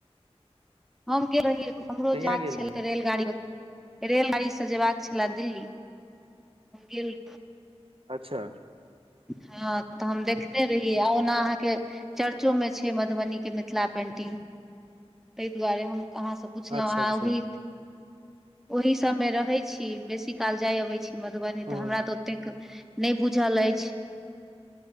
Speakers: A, in the centre; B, on the right.
A: हम गेल रही। हमरो
B: कहिया
A: जायके
B: गेल
A: छलै
B: रहियै
A: रेलगाड़ीमे। रेलगाड़ीसँ जयबाक छलए दिल्ली गेल।
B: अच्छा।
A: हँ तऽ हम देखने रहियै आ ओना अहाँके चर्चोमे छै मधुबनीके मिथिला पेन्टिंग ताहि द्वरे हम। कहाँसँ पुछलहुँ
B: अच्छा
A: अहाँ
B: अच्छा
A: ओहि ओहि सब मे रहै छी बेसी काल जाय अबै छी। मधुबनी
B: हँ
A: तऽ हमरा तऽ ओतेक नहि बुझल आइच।